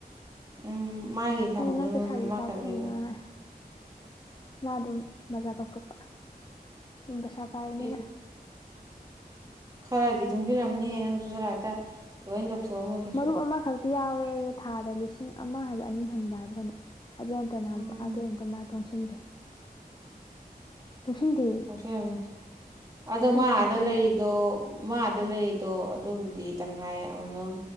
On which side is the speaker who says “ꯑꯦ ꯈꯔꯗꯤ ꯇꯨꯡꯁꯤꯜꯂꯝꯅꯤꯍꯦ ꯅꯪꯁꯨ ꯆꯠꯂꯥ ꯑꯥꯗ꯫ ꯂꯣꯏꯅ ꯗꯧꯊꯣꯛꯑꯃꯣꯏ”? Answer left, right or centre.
Right